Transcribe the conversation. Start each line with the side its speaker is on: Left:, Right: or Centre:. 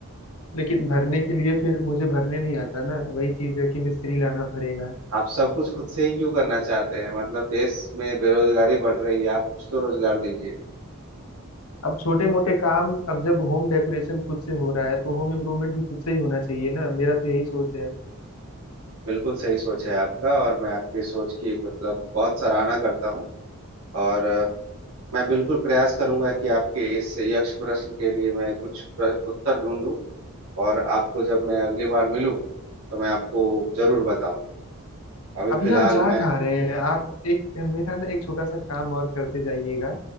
Left: लेकिन भरने के लिए फिर मुझे भरने नहीं आता ना वही चीज है कि मिस्त्री लाना पड़ेगा
Right: आप सब कुछ खुद से ही क्यों करना चाहते हैं मतलब देश में बेरोजगारी बढ़ रही है आप कुछ तो रोजगार दीजिए
Left: अब छोटे मोटे काम अब जब होम डेकोरेशन खुद से हो रहा है तो होम इम्प्रूवमेंट भी खुद से ही होना चाहिए ना मेरा तो यही सोच है
Right: बिल्कुल सही सोच है आपका और मैं आपके सोच की मतलब बहुत सराहना करता हूँ और अ, मैं बिल्कुल प्रयास करूंगा कि आपके इस यक्ष प्रश्न के लिए मैं कुछ प्र, उत्तर ढूंढूं और आपको जब मैं अगली बार मिलूं तो मैं आपको जरूर बताऊं अभी
Left: अभी
Right: फिलहाल
Left: हम जा
Right: मैं
Left: कहाँ रहे हैं आप एक मेरा ना एक छोटा सा काम और करते जाइएगा